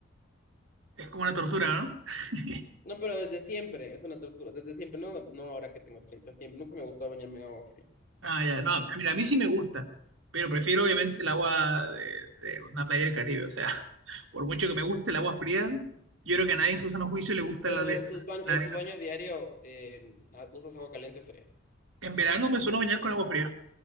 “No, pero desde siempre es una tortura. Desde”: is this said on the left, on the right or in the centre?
Left